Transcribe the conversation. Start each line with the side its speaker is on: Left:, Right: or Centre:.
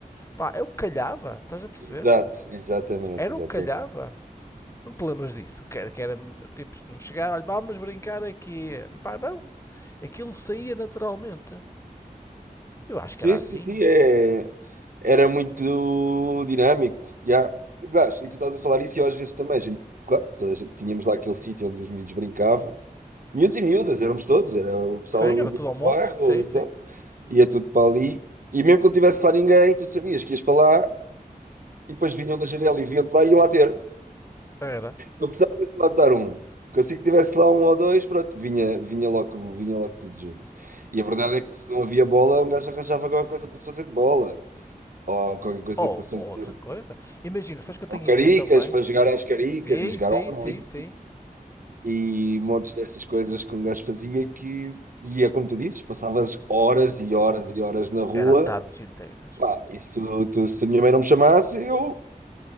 Left: Pá, é o que calhava, estás a perceber?
Right: Exato, exatamente,
Left: Era
Right: exatamente.
Left: o que calhava. Não te lembras disso? Que era, que era tipo, não chegava, olha, vamos brincar aqui. Pá, não. Aquilo saía naturalmente. Eu acho
Right: Sim,
Left: que era assim.
Right: sim, sim, é... era muito dinâmico. já. Aliás, E tu estás a falar isso e eu às vezes também. a gente- claro, toda a gente, tínhamos lá aquele sítio onde os miúdos brincavam. Miúdos e miúdas, éramos todos, era o pessoal
Left: Sim,
Right: ali
Left: era
Right: do
Left: tudo ao monte.
Right: bairro,
Left: Sim,
Right: então,
Left: sim.
Right: ia tudo para ali. E mesmo que não tivesse lá ninguém, tu sabias que ias para lá e depois vinham da janela e vinham-te lá e iam lá ter.
Left: Era.
Right: eu precisava de lá dar um. Porque assim que tivesse lá um ou dois, pronto, vinha, vinha logo, vinha logo tudo junto. E a verdade é que se não havia bola, um gajo arranjava qualquer coisa para fazer de bola. Ou qualquer coisa
Left: Ou,
Right: para fazer.
Left: ou outra coisa. Imagina, sabes que eu
Right: Ou
Left: tenho
Right: caricas,
Left: ideia também?
Right: para jogar às caricas
Left: Sim,
Right: e jogar
Left: sim,
Right: ao Berlim.
Left: sim, sim.
Right: E montes dessas coisas que um gajo fazia que. E é como tu dizes, passavas horas e horas e horas na rua.
Left: Era tardes inteiras.
Right: Pá, isso, tu, se a minha mãe não me chamasse, eu